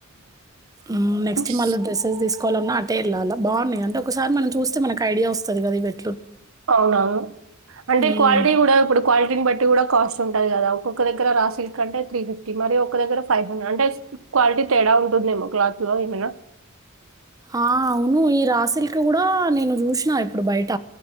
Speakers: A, on the right; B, on the right.
A: ఆ
B: హ్మ్.
A: నెక్స్ట్ మళ్ళె డ్రెస్సెస్ తీసుకోవాలన్నా అటే ఇర్లాలా బాగున్నాయ అంటే ఒకసారి మనం చూస్తే మనకు ఐడియా వస్తది. కదా ఇవి పెట్
B: అవునవును అంటే
A: హ్మ్.
B: క్వాలిటీ కూడా ఇప్పుడు క్వాలిటీని బట్టి కూడా కాస్ట్ ఉంట్ ఉండది కదా ఒక్కొక్క దగ్గర రా సిల్క్ అంటే త్రీ ఫిఫ్టీ మరి ఒక దగ్గర ఫైవ్ హండ్రెడ్ అంటే, స్ క్వాలిటీ తేడా ఉంటుందేమో, క్లాత్ లో ఏమైనా
A: ఆ అవును ఈ రాసిల్క్ కూడా నేను చూసినా ఇప్పుడు బయట